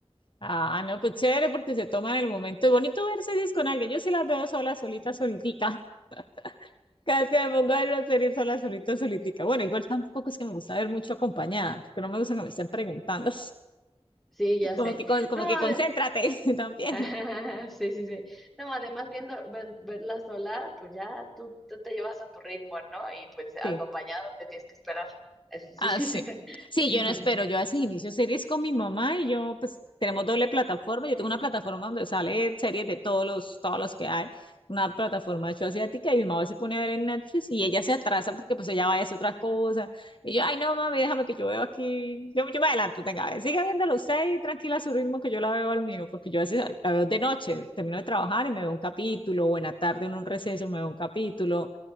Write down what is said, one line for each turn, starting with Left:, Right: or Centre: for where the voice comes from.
Left: ah, no, pues chévere porque se toman el momento. Es bonito ver series con alguien. Yo sí las veo sola, solita, solitica. <laughs> Cada vez que me pongo a ver una serie sola, solita, solitica. Bueno, igual tampoco es que me gusta ver mucho acompañada, porque no me gusta que me estén preguntando.
Centre: Sí, ya
Left: <laughs> Como
Centre: sé.
Left: que, con- como
Centre: No,
Left: que concéntrate
Centre: de
Left: <laughs> también.
Centre: <laughs> Sí, sí, sí. No, además viendo ven- verla sola, pues ya tú, tú te llevas a tu ritmo, ¿no? Y pues acompañado
Left: Sí.
Centre: te tienes que esperar. Eso sí.
Left: Ah, sí. Sí,
Centre: <laughs>
Left: yo no espero. Yo a veces inicio series con mi mamá y yo, pues, tenemos doble plataforma. Yo tengo una plataforma donde sale series de todos los, todos los que hay. Una plataforma de hecho asiática y mi mamá se pone a ver en Netflix y ella se atrasa porque pues ella vaya a hacer otras cosas. Y yo, ay no, mami, déjame que yo veo aquí. Yo, yo me adelanto, tenga, a ver, siga viéndolo usted y tranquila a su ritmo que yo la veo al mío, porque yo a veces la veo de noche, termino de trabajar y me veo un capítulo, o en la tarde en un receso me veo un capítulo